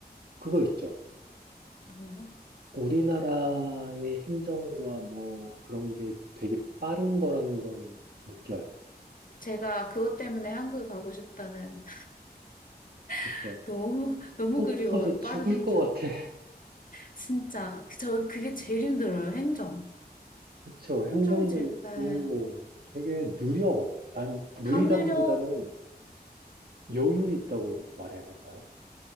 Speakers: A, on the right (about 65°); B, on the left (about 55°).
A: 그거 있죠.
B: 뭐예요?
A: 우리나라의 행정과 뭐 그런 게 되게 빠른 거라는 걸 느껴요.
B: 제가 그것 때문에 한국에 가고 싶다는
A: 그쵸?
B: <laughs> 너무 너무
A: 속
B: 그리워요.
A: 터져 죽을
B: 빠른 행정.
A: 것 같아. <laughs>
B: 진짜 전 그게 제일 힘들어요. 행정.
A: 그쵸? 행정도
B: 행정이 제일
A: 있고
B: 네.
A: 되게 느려. 아니, 느리다기보다는
B: 다느려
A: 여유 있다고 말해야 될까요?